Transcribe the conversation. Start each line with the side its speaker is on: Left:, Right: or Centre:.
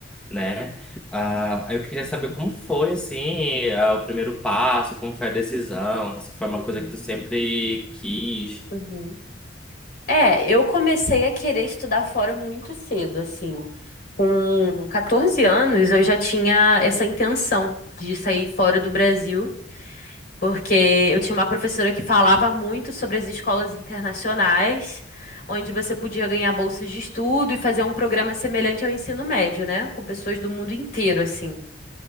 Centre: né? Ah, aí eu queria saber como foi, assim, ah, o primeiro passo, como foi a decisão, se foi uma
Left: Uhum,
Centre: coisa que tu sempre quis.
Left: uhum. É, eu comecei a querer estudar fora muito cedo, assim. Com 14 anos, eu já tinha essa intenção de sair fora do Brasil, porque eu tinha uma professora que falava muito sobre as escolas internacionais, onde você podia ganhar bolsas de estudo e fazer um programa semelhante ao ensino médio, né? Com pessoas do mundo inteiro, assim.